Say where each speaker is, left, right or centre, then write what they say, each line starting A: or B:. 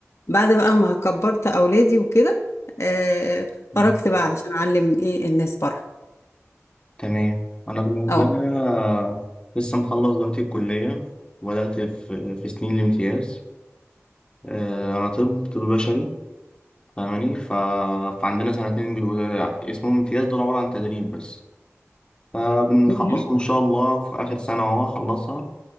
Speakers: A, on the left; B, on the left.
A: بعد بقى ما كبرت اولادي وكده آه
B: مم.
A: خرجت بقى علشان اعلم ايه الناس بره
B: تمام أنا بالنسبة
A: اه
B: لي أنا لسه مخلص دلوقتي الكلية وبدأت في في سنين الامتياز آه، أنا طب طب بشري فاهماني ف... فعندنا سنتين بيبقوا اسمهم امتياز دول عبارة عن تدريب بس فبنخلصهم
A: <laughs>
B: إن شاء الله في آخر سنة أهو هخلصها